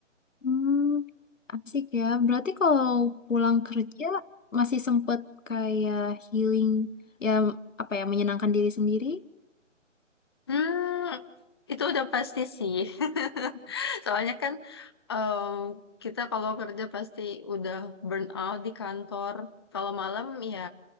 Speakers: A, on the left; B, on the left.
A: Hmm, asik ya. Berarti kalau pulang kerja masih sempet kayak healing, ya apa ya menyenangkan diri sendiri?
B: Hmm, itu udah pasti sih. <laughs> Soalnya kan eh, kita kalau kerja pasti udah burn out di kantor. Kalau malam ya